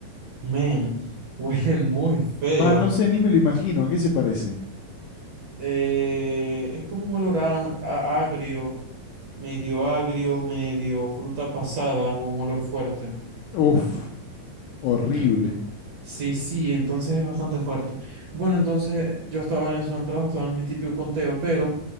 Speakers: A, on the right; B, on the left.
A: Men, <laughs> huele muy feo.
B: Ah, no sé, ni me lo imagino. ¿A qué se parece?
A: Eh, es como un olor a- a- agrio, medio agrio, medio fruta pasada, con un olor fuerte.
B: Uf, horrible.
A: En- sí, sí, entonces es bastante fuerte. Bueno, entonces yo estaba en eso en el trabajo, estaba en mi típico conteo, pero